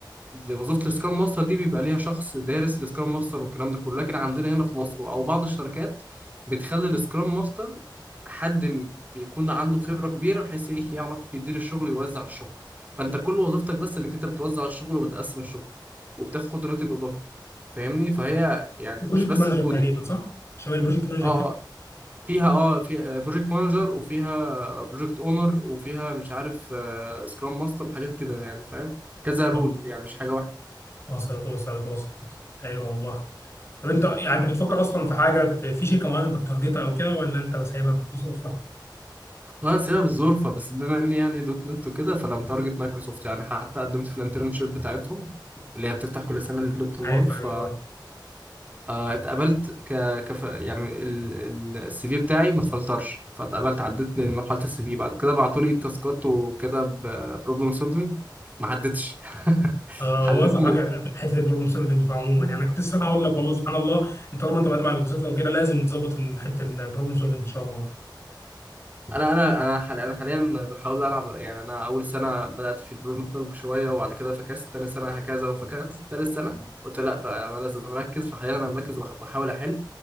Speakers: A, on the right; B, on the left.
A: وظيفه السكرام ماستر دي بيبقى ليها شخص دارس السكرام ماستر والكلام ده كله لكن عندنا هنا في مصر او بعض الشركات بتخلي السكرام ماستر حد م- بيكون عنده خبره كبيره بحيث ايه يعرف يدير الشغل ويوزع الشغل فانت كل وظيفتك بس انك انت بتوزع الشغل وبتقسم الشغل وبتاخد راتب اضافي فاهمني فهي يعني
B: بروجكت
A: مش بس
B: مانجر
A: كودينج
B: تقريبا صح؟ شباب البروجكت مانجر
A: اه آه،
B: كده
A: فيها اه فيها بروجكت مانجر وفيها بروجكت اونر وفيها مش عارف سكرام ماستر وحاجات كده يعني فاهم كذا رول
B: آه،
A: يعني مش حاجه
B: وصلت وصلت وصلت حلو والله طب انت يعني انت بتفكر اصلا في حاجه ت- في شركه معينه انت بتارجتها او كده ولا انت بس سايبها بظروفها؟
A: اه سبب الظروف بس بما اني يعني دوت نت وكده فانا متارجت مايكروسوفت يعني حتى قدمت في الانترنشيب بتاعتهم اللي هي بتفتح كل سنه للطلاب
B: عارف
A: ف
B: ايوه
A: آه، اتقبلت ك كف يعني السي في بتاعي ما اتفلترش فاتقبلت عديت من مرحله السي في بعد كده بعتوا لي تاسكات وكده بروبلم سولفنج ما عدتش <laughs>
B: اه هو
A: حليت
B: اصعب حاجه حته البروبلم سولفنج عموما
A: م...
B: يعني انا كنت لسه هقول لك والله سبحان الله انت طالما انت بعد مع مايكروسوفت او كده لازم تظبط حته البروبلم سولفنج ان شاء الله
A: انا انا انا حال- انا حاليا بحاول العب يعني انا اول سنه بدات في البرومتنج شويه وبعد كده فكست تاني سنه هكذا وفكست تالت سنه قلت لا بقى انا لازم اركز فحاليا انا مركز وبح- وبحاول احل